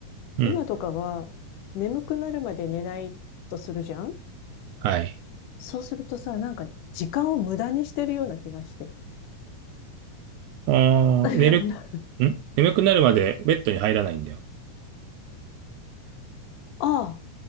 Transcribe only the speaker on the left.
今とかは、眠くなるまで寝ないとするじゃん
そうするとさ、なんか、時間を無駄にしてるような気がして。
<laughs>
ああ、